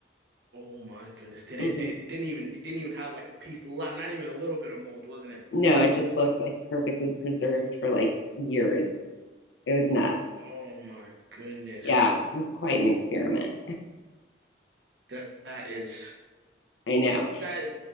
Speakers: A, on the right; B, on the left.
A: Oh my goodness, did
B: hmm
A: it? It didn't even it didn't even have like a piece, lot, not even a little bit of mold, wasn't it?
B: No, it just looked like perfectly preserved for like years. It was nuts.
A: Oh my goodness,
B: Yeah, it's quite an experiment.
A: that that is
B: I know.
A: <laughs> that